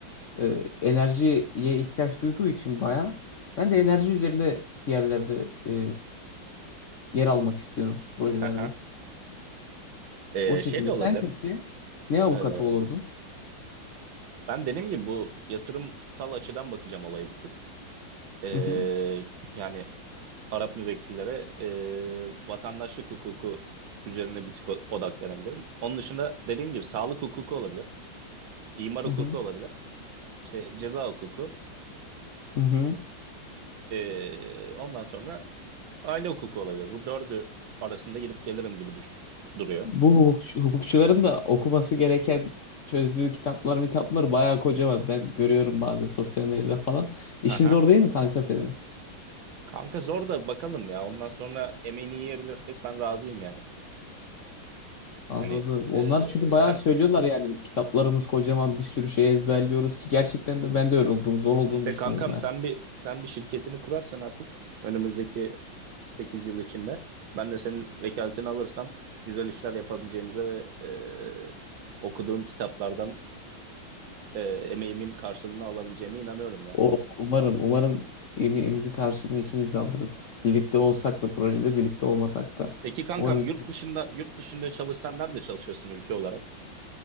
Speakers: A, on the left (about 55°); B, on the right (about 70°).
A: e, enerjiye ihtiyaç duyduğu için baya ben de enerji üzerinde bir yerlerde e, yer almak istiyorum projelerde.
B: hı hı. Ee,
A: O şekilde.
B: şey de olabilir.
A: Sen peki ne avukatı
B: Ee,
A: olurdun?
B: ben dediğim gibi bu yatırımsal açıdan bakacağım olayı bir tık. Ee,
A: Hı hı,
B: yani Arap müvekkillere e, vatandaşlık hukuku üzerine bir tık o- odaklanabilirim. Onun dışında dediğim gibi sağlık hukuku olabilir. imar
A: hı
B: hukuku
A: hı,
B: olabilir. işte ceza hukuku.
A: hı hı.
B: Ee, ondan sonra aile hukuku olabilir. Bu dördü arasında gidip gelirim gibi düş duruyor.
A: Bu hukukçu- hukukçuların da okuması gereken çözdüğü kitaplar mitaplar bayağı kocaman. Ben görüyorum bazı sosyal medyada falan. İşin
B: hı hı.
A: zor değil mi kanka senin?
B: Kanka zor da bakalım ya. Ondan sonra emeğini yiyebilirsek ben razıyım yani.
A: Anladım.
B: Hani
A: Onlar
B: e,
A: çünkü bayağı
B: sen
A: söylüyorlar yani kitaplarımız kocaman bir sürü şey ezberliyoruz ki gerçekten de ben de öyle olduğunu zor olduğunu
B: işte
A: düşünüyorum
B: kankam sen bir sen bir şirketini kurarsan artık önümüzdeki 8 yıl içinde ben de senin vekaletini alırsam güzel işler yapabileceğimize ve e, okuduğum kitaplardan e, emeğimin karşılığını alabileceğime inanıyorum ya.
A: O umarım umarım emeğimizi karşılığını ikimiz de alırız. Birlikte olsak da projede birlikte olmasak da
B: Peki kankam
A: umarım ikimiz-
B: yurt dışında yurt dışında çalışsan nerede çalışıyorsun ülke olarak?